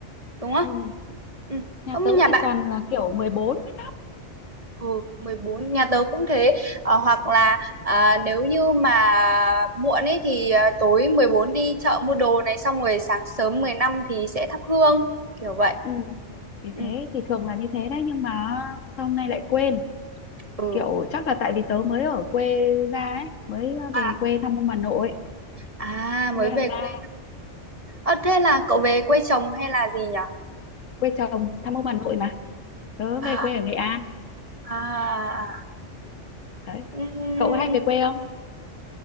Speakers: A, on the right; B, on the left.
A: đúng không?
B: Ừ,
A: Ừ,
B: nhà
A: không
B: tớ
A: nhà
B: thì
A: bạn
B: toàn là kiểu 14 mới thấp.
A: Ừ, 14 nhà tớ cũng thế Ờ, hoặc là à, nếu như mà muộn ấy thì à, tối 14 đi chợ mua đồ này xong rồi sáng sớm 15 thì sẽ thắp hương kiểu vậy
B: Ừ. Thì
A: ừ.
B: thế thì thường là như thế đấy nhưng mà sao hôm nay lại quên.
A: ừ.
B: kiểu chắc là tại vì tớ mới ở quê ra ấy mới về
A: À,
B: quê thăm ông bà nội
A: à
B: Thế
A: mới
B: là
A: về
B: ra
A: quê Ờ, thế là cậu về quê chồng hay là gì nhở
B: quê chồng thăm ông bà nội mà tớ
A: à,
B: về quê ở Nghệ An
A: à, à.
B: đấy
A: Ừm,
B: cậu hay về quê không